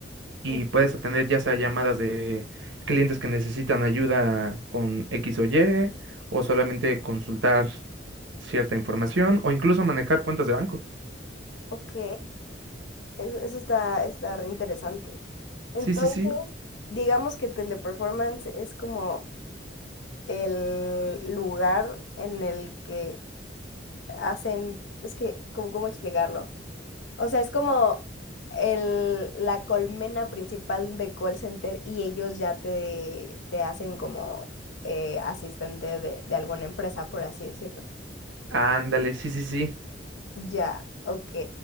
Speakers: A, on the right; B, on the left.
A: y
B: Mm,
A: puedes atender ya sea llamadas de clientes que necesitan ayuda con X o Y o solamente consultar cierta información o incluso manejar cuentas de banco.
B: Ok, eso, eso está, está re interesante. Entonces,
A: Sí, sí, sí.
B: digamos que teleperformance es como el lugar en el que hacen, es que, ¿cómo, cómo explicarlo? O sea, es como el, la colmena principal de call center y ellos ya te, te hacen como eh, asistente de, de alguna empresa, por así decirlo.
A: Ándale, sí, sí, sí.
B: Ya, ok.